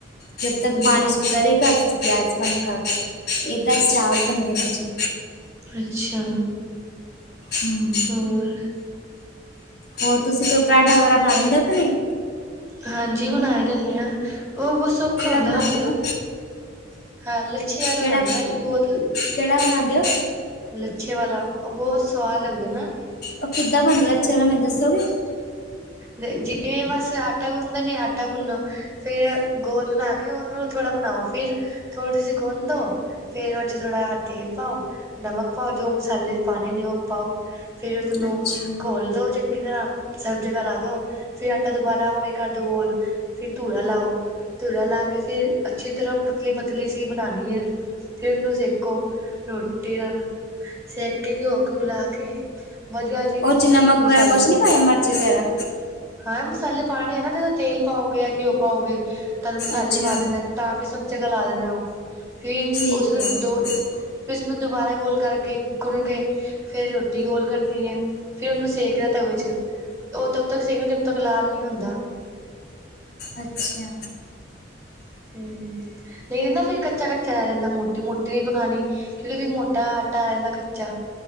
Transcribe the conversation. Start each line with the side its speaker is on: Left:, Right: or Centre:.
Left: ਜਬ ਤੱਕ
Right: ਹੂੰ
Left: ਪਾਣੀ ਸੁਕਦਾ ਏ ਕਰ ਪਿਆਜ਼ <unintelligible> ਏਦਾ ਹੀ ਚਾਵਲ ਬਣਦੇ ਨੇ ਜੀ।
Right: ਅੱਛਾ।
Left: ਹੂੰ।
Right: ਹੋਰ।
Left: ਹੋਰ ਤੁਸੀਂ ਕੋਈ ਪਰਾਂਠਾ ਵਗੈਰਾ ਬਣਾ ਦਿੰਦੇ ਹੋ ਕੇ ਨਈ।
Right: ਹਾਂਜੀ ਬਨਾ ਲੈਂਨੇ ਆ ਓ ਬੋਤ ਸੌਖਾ
Left: ਕਿਹੜਾ
Right: ਹੁੰਦਾ
Left: ਬਣਾਉਂਦੇ
Right: ਬਸ
Left: ਹੋ
Right: ਹਾਂ। ਲਛੇ ਅਲਾ
Left: ਕਿਹੜਾ
Right: ਬਣਾਣੇ ਆ ਜੀ ਬੋਤ।
Left: ਕਿਹੜਾ ਬਣਾਉਂਦੇ ਹੋ
Right: ਲੱਛੇ ਵਾਲਾ ਓ ਬੋਤ ਸਵਾਦ ਲੱਗਦਾ ਨਾ।
Left: ਓਕਿੱਦਾਂ ਬਣਦਾ ਲੱਛੇ ਵਾਲਾ ਮੈਨੂੰ ਦੱਸੋਗੇ?
Right: ਤੇ ਜਿਵੇਂ ਬਸ ਆਟਾ ਗੁੰਨਦੇ ਨੇ ਆਟਾ ਗੁੰਨੋ ਫੇਰ ਗੋਲ ਬਣਾ ਕੇ ਓਨੂੰ ਥੋੜ੍ਹਾ ਬਣਾਓ ਫਿਰ ਥੋੜੀ ਸੀ ਗੁੰਦੋ ਫੇਰ ਓਹਦੇ ਚ ਥੋੜਾ ਤੇਲ ਪਾਓ ਨਮਕ ਪਾਓ ਜੋ ਮਸਾਲੇ ਪਾਣੇ ਨੇ ਓ ਪਾਓ ਫਿਰ ਉਸਨੂੰ
Left: ਅੱਛਾ
Right: ਘੋਲ ਦੋ ਚੰਗੀ ਤਰ੍ਹਾਂ ਸਬ ਜਗ੍ਹਾ ਲਾ ਦੋ ਫਿਰ ਆਟਾ ਦੁਬਾਰਾ ਓਵੇਂ ਕਰਦੋ ਗੋਲ ਫਿਰ ਤੁੜਾ ਲਾਓ। ਧੂਰਾ ਲਾ ਕੇ ਫੇਰ ਅੱਛੀ ਤਰ੍ਹਾਂ ਪਤਲੀ-ਪਤਲੀ ਸੀ ਬਣਾਣੀ ਐ। ਫਿਰ ਓਨੂੰ ਸੇਕੋ ਰੋਟੀ ਨਾਲ ਸੇਕ ਕੇ ਘਿਓ-ਘਿਓ ਲਾ ਕੇ ਵਧੀਆ ਜੀ
Left: ਓਦੇ ਚ ਨਮਕ
Right: ਮਸਾਲੇ
Left: ਵਗੈਰਾ ਕੁੱਛ
Right: ਪਾ
Left: ਨੀ
Right: ਦੋ
Left: ਪਾਇਆ ਮਿਰਚ ਵਗੈਰਾ।
Right: ਹਾਂ ਮਸਾਲੇ ਪਾਣੇ ਆ ਨਾ ਜਦੋਂ ਤੇਲ ਪਾਓਗੇ ਜਾਂ ਘਿਓ ਪਾਓਗੇ ਤਦ ਮਸਾਲੇ
Left: ਅੱਛਾ
Right: ਪਾ ਦੇਣਾ ਤਾਂ ਵੀ ਸਭ ਜਗ੍ਹਾ ਲਾ ਦੇਣਾ ਓ ਫੀ
Left: ਠੀਕ
Right: ਉਸਦੇ
Left: ਹੈ
Right: ਦੋ ਉਸਨੂੰ ਦੁਬਾਰਾ ਗੋਲ ਕਰਕੇ ਗੁਣ ਕੇ ਫੇਰ ਰੋਟੀ ਗੋਲ ਕਰਨੀ ਐ ਫੇਰ ਉਨੂੰ ਸੇਕਦਾ ਤਵੇ ਚ। ਓ <unintelligible> ਤੱਕ ਸਕਣ ਜਬ ਤੱਕ ਲਾਲ ਨੀ ਹੁੰਦਾ।
Left: ਅੱਛਾ।
Right: ਹੂੰ ਨਈ <unintelligible> ਫੇਰ ਕੱਚਾ-ਕੱਚਾ ਰੈ ਜਾਂਦਾ ਮੋਟੀ-ਮੋਟੀ ਵੀ ਪਕਾਣੀ। ਕਿਉਂਕਿ ਵੀ ਮੋਟਾ ਆਟਾ ਰੈਂ ਜਾਦਾ ਕੱਚਾ।